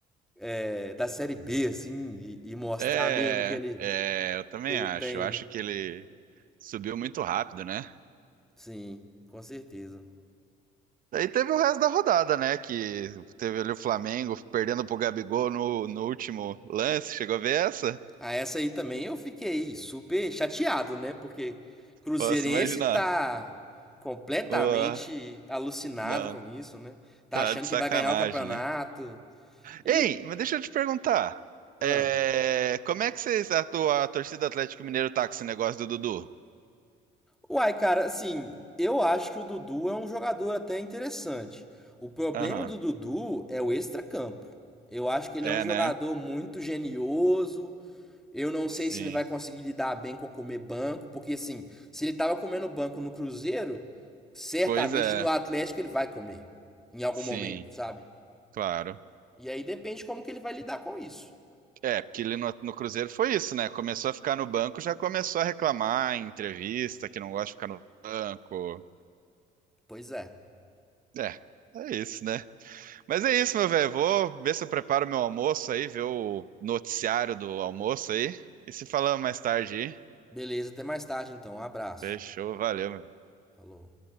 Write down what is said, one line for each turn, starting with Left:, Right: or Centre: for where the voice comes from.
Centre: é, da Série B, assim, e, e mostrar
Right: É,
Centre: mesmo que ele,
Right: é, eu também
Centre: que ele
Right: acho.
Centre: tem.
Right: Eu acho que ele subiu muito rápido, né?
Centre: Sim, com certeza.
Right: Daí teve o resto da rodada, né? Que teve ali o Flamengo perdendo pro Gabigol no, no último lance. Chegou a ver essa?
Centre: Ah, essa aí também eu fiquei super chateado, né? Porque Cruzeirense
Right: Posso imaginar.
Centre: tá completamente
Right: Ué,
Centre: alucinado
Right: não,
Centre: com isso, né? Tá
Right: tá
Centre: achando
Right: de
Centre: que
Right: sacanagem,
Centre: vai ganhar o campeonato.
Right: né?
Centre: Ih,
Right: Ei, mas deixa eu te perguntar.
Centre: ah.
Right: é, como é que vocês, a, tua- a torcida do Atlético Mineiro tá com esse negócio do Dudu?
Centre: Uai, cara, assim, eu acho que o Dudu é um jogador até interessante. O problema
Right: Aham.
Centre: do Dudu é o extracampo. Eu acho que ele
Right: É,
Centre: é um jogador
Right: né?
Centre: muito genioso, Eu não sei
Right: Sim.
Centre: se ele vai conseguir lidar bem com comer banco, porque assim, se ele estava comendo banco no Cruzeiro, certamente
Right: Pois é.
Centre: no Atlético ele vai comer em algum
Right: Sim,
Centre: momento, sabe?
Right: claro.
Centre: E aí depende como que ele vai lidar com isso.
Right: É, porque ele no, no Cruzeiro foi isso, né? Começou a ficar no banco, já começou a reclamar em entrevista que não gosta de ficar no banco.
Centre: Pois é.
Right: É, é isso, né? Mas é isso, meu velho. Vou ver se eu preparo meu almoço aí, ver o noticiário do almoço aí. E se falamos mais tarde aí.
Centre: Beleza, até mais tarde então. Um abraço.
Right: Fechou, valeu, meu
Centre: Falou.